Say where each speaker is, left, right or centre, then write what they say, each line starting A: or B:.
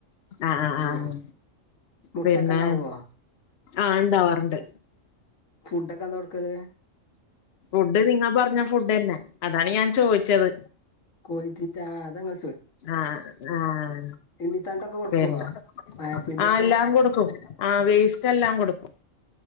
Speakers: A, on the left; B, on the left.
A: ആഹ്
B: ഉം
A: ആഹ്
B: മുട്ടൊക്കെ
A: പിന്നെ
B: ഉണ്ടാവോ
A: ആഹ് ഇണ്ടാവാറ്ണ്ട്
B: ഫുഡൊക്കെ എന്താ കൊടുക്കല്
A: ഫുഡ് നിങ്ങ പറഞ്ഞ ഫുഡെന്നെ അതാണ് ഞാൻ ചോയിച്ചത്
B: കോഴത്തീറ്റാ അതങ്ങ
A: ആഹ് ആഹ്
B: എണ്ണിത്തണ്ടൊക്കെ കൊടുക്കുവോ
A: പിന്നെ
B: വാഴപ്പിണ്ടിയൊക്കെ
A: ആഹ് എല്ലാകൊടുക്കും ആഹ് വേസ്റ്റെല്ലാം കൊടുക്കും